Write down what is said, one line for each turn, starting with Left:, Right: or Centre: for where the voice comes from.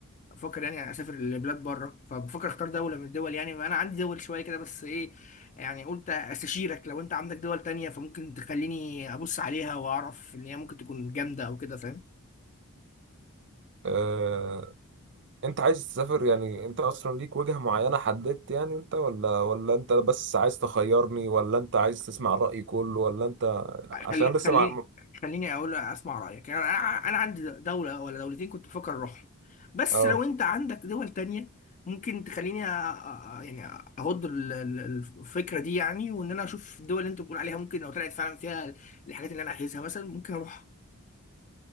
Left: بفكر يعني اسافر لبلاد بره فبفكر اختار دوله من الدول يعني انا عندي دول شويه كده بس ايه يعني قلت استشيرك لو انت عندك دول تانية فممكن تخليني ابص عليها واعرف ان هي ممكن تكون جامده او كده فاهم
Right: آه... انت عايز تسافر يعني انت اصلا ليك وجهة معينة حددت يعني انت ولا ولا انت بس عايز تخيرني ولا انت عايز تسمع رأيي كله ولا انت عشان
Left: خلي
Right: لسه
Left: خليني
Right: مع... م-
Left: خليني اقول اسمع رايك يعني انا أنا عندي دوله ولا دولتين كنت بفكر اروحهم بس
Right: اه
Left: لو انت عندك دول تانية ممكن تخليني أ- أ- يعني اهض ال- ال- الفكره دي يعني وان انا اشوف الدول اللي انت بتقول عليها ممكن لو طلعت فعلا فيها الحاجات اللي انا عايزها مثلا ممكن اروح